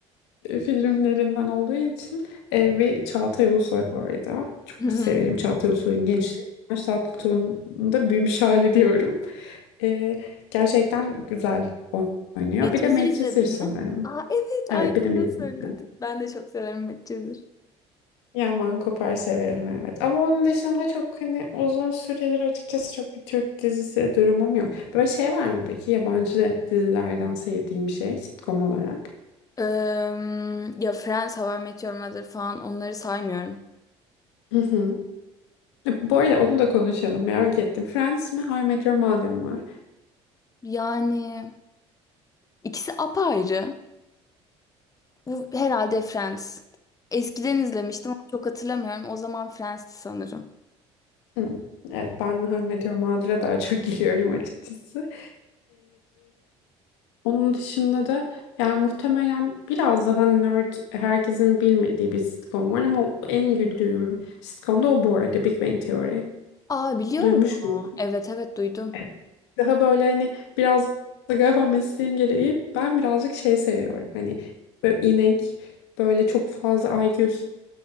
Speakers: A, on the left; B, on the left.
A: filmlerinden olduğu için e, ve Çağatay Ulusoy bu arada. Çok
B: <laughs>
A: severim Çağatay Ulusoy'un gençliği. Yaş Saat Tuğ'un da büyümüş hali diyorum. E, gerçekten güzel oynuyor.
B: Medcezir
A: Bir de Medcezir
B: izledin
A: sanırım.
B: mi? Aa evet
A: Evet,
B: aynen
A: bir de Medcezir.
B: öyle söyledik. Ben de çok severim Medcezir.
A: Ya Mankoper severim evet. Ama onun dışında çok hani uzun süredir açıkçası çok bir Türk dizisi durumum yok. Böyle şey var mı peki yabancı dizilerden sevdiğim şey sitcom olarak?
B: Eee, ya Friends, How I Met Your Mother falan onları saymıyorum.
A: Hı hı. Bu arada onu da konuşalım merak ettim. Friends mi How I Met Your Mother mı?
B: Yani ikisi apayrı. Bu herhalde Friends. Eskiden izlemiştim ama çok hatırlamıyorum. O zaman Friends'ti sanırım.
A: <laughs> Evet ben How I Met Your Mother'a daha çok gülüyorum açıkçası. Onun dışında da yani muhtemelen biraz daha nerd herkesin bilmediği bir sitcom var ama en güldüğüm sitcom da o bu arada Big Bang Theory.
B: Aa biliyorum
A: Duymuş
B: onu.
A: muydun?
B: Evet evet duydum.
A: Evet. Daha böyle hani biraz da galiba mesleğim gereği ben birazcık şey seviyorum. Hani böyle inek böyle çok fazla IQ'su